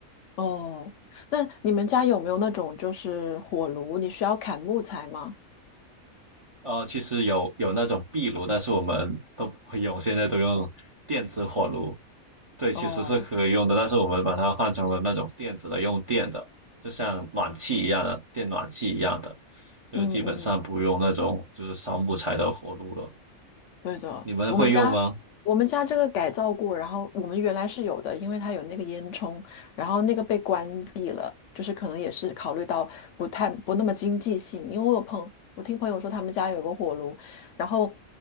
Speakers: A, on the left; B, on the right.
A: 哦，那你们家有没有那种就是火炉？你需要砍木材吗？
B: 呃，其实有有那种壁炉，但是我们都不会用，现在都用电子火炉。对，其实是可以用的，
A: 哦，
B: 但是我们把它换成了那种电子的，用电的，就像暖气一样的，电暖气一样的，就基本上不用那种就是烧木材的火炉了。
A: 嗯嗯。对的，
B: 你们会用吗？
A: 我们家我们家这个改造过，然后我们原来是有的，因为它有那个烟囱，然后那个被关闭了，就是可能也是考虑到不太不那么经济性，因为我有朋我听朋友说他们家有个火炉，然后